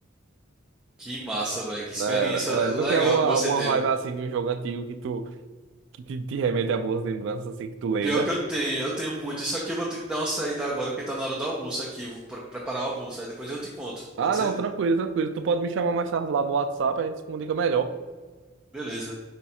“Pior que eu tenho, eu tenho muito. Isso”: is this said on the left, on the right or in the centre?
Centre